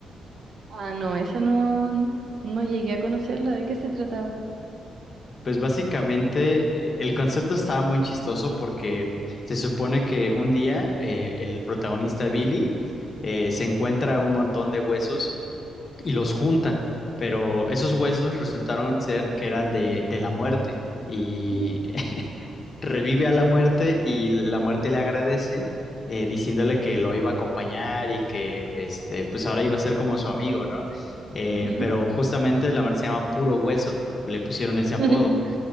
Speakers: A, on the right; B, on the left.
A: Ah, no, esa no, no llegué a conocerla. ¿De qué se trataba?
B: Pues básicamente eh, el concepto estaba muy chistoso porque se supone que un día eh, el protagonista Billy eh, se encuentra un montón de huesos y los junta, pero esos huesos resultaron ser que eran de, de la muerte. Y
A: Ujú.
B: revive a la muerte y la muerte le agradece eh, diciéndole que lo iba a acompañar y que este, pues ahora iba a ser como su amigo, ¿no? Eh,
A: Ujú.
B: pero justamente la muerte se llama Puro Hueso, o le pusieron ese apodo.
A: <laughs>